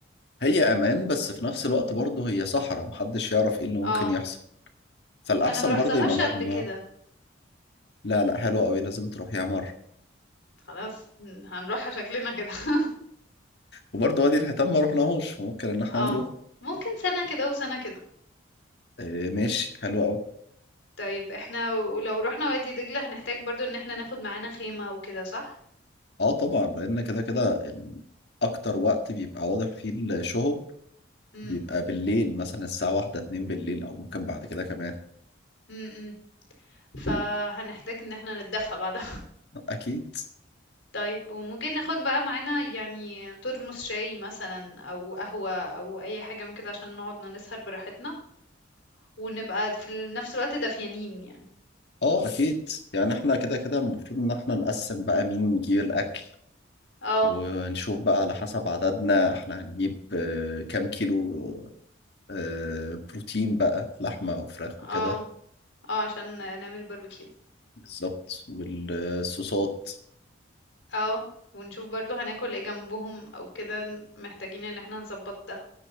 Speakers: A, on the left; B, on the left.
A: هي امان بس في نفس الوقت برضه هي صحراء محدش يعرف ايه اللي ممكن
B: اه
A: يحصل فالاحسن
B: انا ما روحتهاش
A: برضه يبقى مجموعه
B: قبل كده
A: لا لا حلوه قوي لازم تروح يا مره
B: خلاص هنروحها شكلنا كده <laughs>
A: وبرضه وادي الحيتان ما رحناهوش ممكن ان احنا
B: اه
A: نروح
B: ممكن سنة كده وسنة كده
A: آه، ماشي حلو قوي
B: طيب احنا ولو رحنا وادي دجلة هنحتاج برضو ان احنا ناخد معانا خيمة وكده صح؟
A: اه طبعا لان كده كده ال- اكتر وقت بيبقى واضح فيه الشهب
B: امم
A: بيبقى بالليل مثلا الساعة واحدة اتنين بالليل او ممكن بعد كده كمان
B: امم فهنحتاج ان احنا نتدفى بعد
A: اكيد
B: طيب وممكن ناخد بقى معانا يعني ترمس شاي مثلا او قهوة او اي حاجة من كده عشان نقعد نسهر براحتنا ونبقى في نفس الوقت دافيانين يعني
A: اه اكيد يعني احنا كده كده المفروض ان احنا نقسم بقى مين يجيب الاكل
B: اه
A: ونشوف بقى على حسب عددنا احنا هنجيب آه، كام كيلو آه، بروتين بقى لحمة وفراخ وكده
B: اه اه عشان نعمل باربيكيو
A: بالظبط والصوصات
B: اه ونشوف برضو هناكل ايه جنبهم او كده محتاجين ان احنا نظبط ده